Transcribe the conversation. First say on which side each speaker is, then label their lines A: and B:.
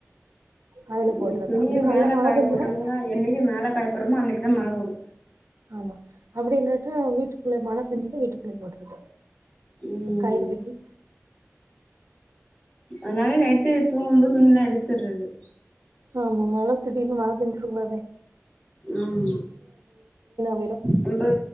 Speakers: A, on the right; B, on the left.
A: அதுல போட்றததா
B: இங்க துணிய
A: அப்டிய நல்லா
B: மேல
A: மழ
B: காய
A: பெஞ்சுதா
B: போட்டோம்னா என்னைக்கு மேல காய போட்றோமோ அன்னைக்குதா மழ வரு
A: ஆமா அப்டி இல்லாட்டா வீட்டுக்குள்ள மழ பெஞ்சுதுனா வீட்டுக்குள்ள போட்ரு
B: ம்
A: ஒரு கயிறு கட்டி
B: அதனால நைட்டு தூங்கு போ துணிலா எடுத்துர்றது
A: ஆமா மழ திடீர்னு மழ பெஞ்சிருதானே
B: ம்
A: போயிரு
B: நம்ப